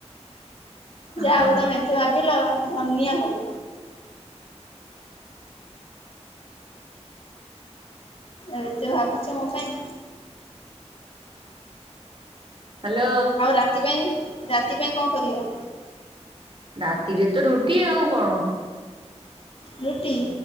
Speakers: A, on the right; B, on the left.
A: ହଁ
B: ଯା ହଉ ତମେ ଏତେ ଭାବିଲ ଧନିଆ ହଉ। ଏତେ ଭାବୁଛ ମୋ ପାଇଁ।
A: ହାଲୋ।
B: ଆଉ ରାତି ପାଇଁ ରାତି ପାଇଁ କଁ କରିବ।
A: ରାତିରେ ତ ରୁଟି ଆଉ କଁ।
B: ରୁଟି।